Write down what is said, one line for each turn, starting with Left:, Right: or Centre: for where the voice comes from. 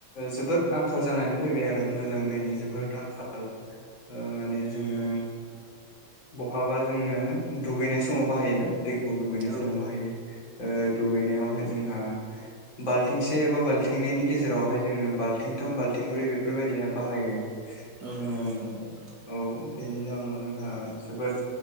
Left: जोबोद आंखाल जानानै फैबाय आरो मोजां दैनि जोबोद आंखाल ओ माने जोंङो बहाबा जोंङो दुगैनाय समाव बाहायोना दैखौ दुगैनाय
Right: औ
Left: समाव बाहायो ओ दुगैनायावहाय जोंहा बाल्थिंसे एबा बाल्थिंनैनि गेजेरावहाय जोंङो बाल्थिंथाम बाल्थिंब्रै बेफोरबायदिहाय बाहायो
Right: औ
Left: ओ
Right: नंगौ नंगौ नंगौ
Left: औ बेनि जाहोनाव जोंहा जोबोद